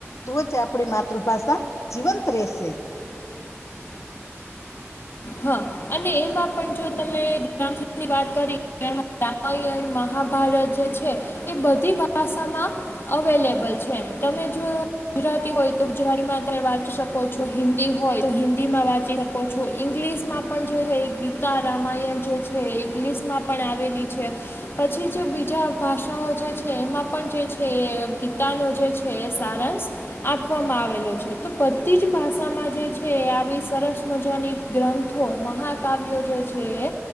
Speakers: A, on the left; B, on the left.
A: તો જ આપણી માતૃભાષા જીવંત રેશે.
B: હહ અને એમાં પણ જો તમે જાનની વાત કરી ને એમાં રામાયણ, મહાભારત જે છે. એ બધી ભાષામાં અવેલેબલ છે એમ. તમે જો ગુજરાતી હોય તો ગુજરાતીમાં તમે વાંચી શકો છો. હિન્દી હોય તો હિન્દીમાં વાંચી શકો છો. ઇંગ્લિશમાં પણ જોઈએ એ ગીતા રામાયણ જે છે એ ઇંગ્લિશમાં પણ આવેલી છે. પછી જે બીજા ભાષાઓ જે છે એમાં પણ જે છે એ ગીતાનો જે છે. જે એ સારાંશ આપવામાં આવેલો છે. તો બધી જ ભાષામાં જે છે એ આવી સરસ મજાની ગ્રંથો, મહાકાવ્યો જે છે એ